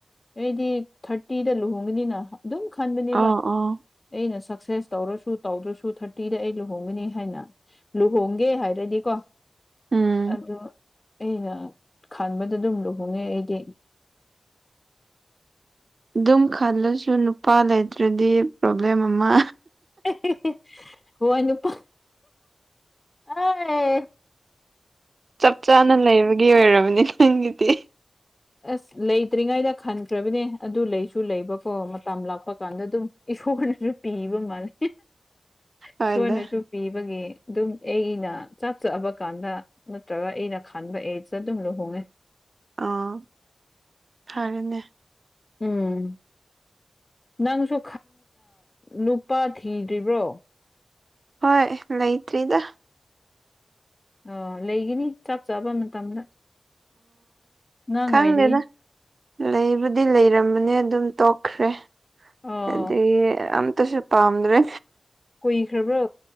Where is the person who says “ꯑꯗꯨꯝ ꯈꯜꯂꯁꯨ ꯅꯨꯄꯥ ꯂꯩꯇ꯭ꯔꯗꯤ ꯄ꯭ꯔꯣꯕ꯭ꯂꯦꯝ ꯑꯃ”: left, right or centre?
Right